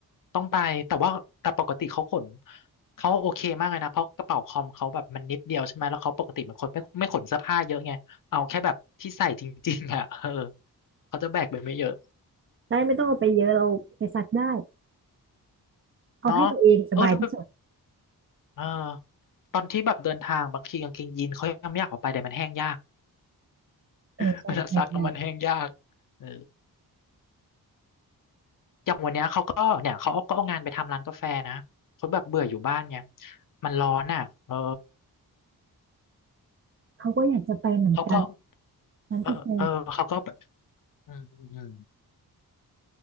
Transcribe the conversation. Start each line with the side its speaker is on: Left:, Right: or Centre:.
Left: ต้องไปแต่ว่าแต่ปกติเขาขนเขาโอเคมากเลยนะเพราะกระเป๋าคอมเขาแบบมันนิดเดียวใช่ไหมแล้วเขาปกติเป็นคนไม่ไม่ขนเสื้อผ้าเยอะไงเอาแค่แบบที่ใส่จริงๆอ่ะเออเขาจะแบกไปไม่เยอะ
Right: ได้ไม่ต้องเอาไปเยอะเราไปซักได้เอาให้ตัวเองสบายที่สุด
Left: เนาะเออแล้วแบบเออตอนที่แบบเดินทางบางทีกางเกงยีนเขายังไม่อยากออกไปแต่มันแห้งยาก
Right: เออใช่แบบนั้น
Left: <laughs> เวลาซักแล้วมันแห้งยากเออ อย่างวันเนี้ยเขาก็เนี่ยเขาก็เอางานไปทำร้านกาแฟนะเขาแบบเบื่ออยู่บ้านไงมันร้อนอ่ะเออ
Right: เขาก็อยากจะไปเหมือนกัน
Left: เขาก็
Right: ร้านกาแฟ
Left: เออเออเขาก็แบบอืมอืมอืม